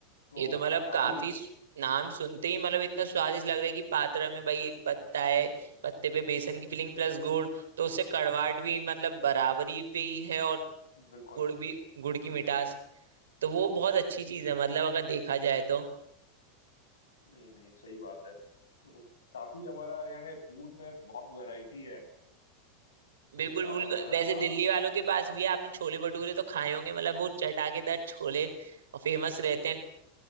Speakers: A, on the left; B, on the right.
A: तो
B: ये तो मतलब
A: काफी
B: काफी सु- नाम सुनते ही मतलब इतना स्वादिष्ट लग रहा है कि पातरा में भाई एक पत्ता है पत्ते पे बेसन की फिलिंग प्लस गुड़ तो उससे कड़वाहट भी मतलब बराबरी पे ही है और
A: बिल्कुल
B: गुड़ भी गुड़ की मिठास
A: बिल्कुल
B: तो वो बहुत अच्छी चीज है मतलब अगर देखा जाए तो
A: नहीं नहीं सही बात है तो काफी हमारा यानी फूड में बहुत वैरायटी है वो
B: बिल्कुल
A: क्या
B: बिल्कुल
A: बनाना
B: वैसे
A: दाल
B: दिल्ली वालों के पास भी है आपने छोले भटूरे तो खाए होंगे मतलब वो चटाकेदार छोले और फेमस रहते हैं